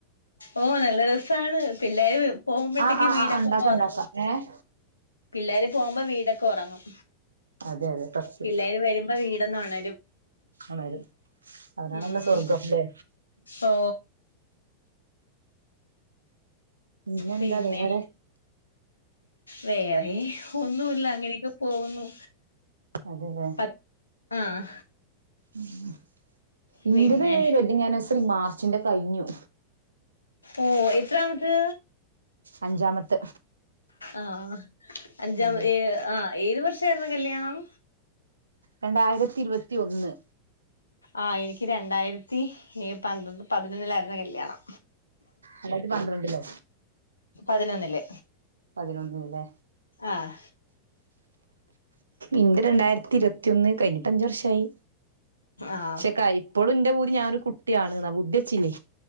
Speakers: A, on the left; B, on the right.
A: ഓ നല്ല രസാണ് പിള്ളേരും പോകുമ്പോഴത്തേക്ക്
B: ആഹ് ആഹ്
A: വീടക്കൊന്ന്
B: ആഹ് ഉണ്ടാക്കാം
A: ഒറങ്ങും
B: ഉണ്ടാക്കാം ഏഹ്
A: പിള്ളേർ പോകുമ്പോ വീടൊക്കെ ഒറങ്ങും
B: അതെ അതെ സത്യം
A: പിള്ളേര് വരുമ്പോ വീടൊന്ന് ഒണ
B: ഒണരും അവരാണല്ലോ
A: ഉം
B: സ്വർഗം ല്ലേ
A: ഓ
B: പിന്നെന്താ
A: പിന്നെ
B: വേറെ
A: വേറെ ഒന്നുല്ല അങ്ങനെയൊക്കെ പോകുന്നു
B: അതെല്ലേ
A: പ ആഹ്
B: ഉം ഇന്റത്
A: പിന്നെ
B: വെഡിംഗ് ആനിവേഴ്സറി മാർച്ചിന്റെ കഴിഞ്ഞു
A: ഓ എത്രാമത്ത്
B: അഞ്ചാമത്ത്
A: ആ അഞ്ചാം
B: എന്താ
A: ഏ ആ ഏത് വർഷായിരുന്ന് കല്യാണം
B: രണ്ടായിരത്തി ഇരുപത്തി ഒന്ന്
A: ആഹ് എനിക്ക് രണ്ടായിരത്തി ഏ പന്ത്ര പതിനൊന്നിലായിരുന്ന് കല്യാണം
B: രണ്ടായിര്ത്തി പന്ത്രണ്ടിലോ?
A: പതിനൊന്നില്
B: പതിനൊന്നില്ലേ
A: ആഹ്
B: ഇന്റെ രണ്ടായിരത്തി ഇരുപത്തി ന്ന് കഴിഞ്ഞിട്ട് അഞ്ചു വർഷായി
A: ആഹ്
B: ക്ഷെ ഇപ്പോഴും ന്റെ പൂതി ഞാനൊരു കു കാണ് ന ബുദ്ധിച്ചില്ലേ